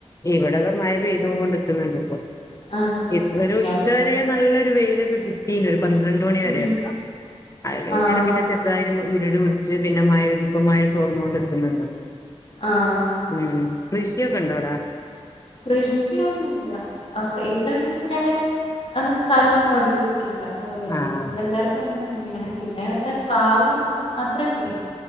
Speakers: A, on the left; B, on the left.
A: ഇവിടെതാ മഴ പെയ്തോണ്ട്ക്ക്ന്ന്ണ്ട് ഇപ്പം
B: ആണല്ലേ
A: ഇപ്പോ ഒരു
B: ഞങ്ങോട്ട്
A: ഉച്ചവരെ നല്ലൊരു വെയിലൊക്കെ കി കിട്ടീന് ഒരു പന്ത്രണ്ട് മണി വരെയൊക്കെ
B: ഉം
A: അത് കഴിഞ്ഞേരം
B: ആഹ്
A: പിന്നെ ചെറുതായിട്ട് മു ഇരുട് പിടിച്ച് ന്നിറ്റ് പിന്നെ മയ പെയ്ത് ഇപ്പം മയ ചോർന്നോണ്ട്ക്ക്ന്ന്ണ്ട്
B: ആഹ്
A: ഉം കൃഷിയൊക്കെ ഇണ്ടോ അവിടെ?
B: കൃഷിയൊന്നുല്ലാ ആഹ് ഇവിടെന്ന് വെച്ച് കഴിഞ്ഞാല് അങ്ങനെ സ്ഥലൊന്നും അധികം ഇല്ലാ കൊറവെന്നെയാ
A: ആഹ്
B: ഇവിടെ എല്ലാർക്കും അങ്ങനെ തന്നെയാണെ പിന്നെ അങ്ങനെ പ്ലാവ് <unintelligible> അത്രക്ക്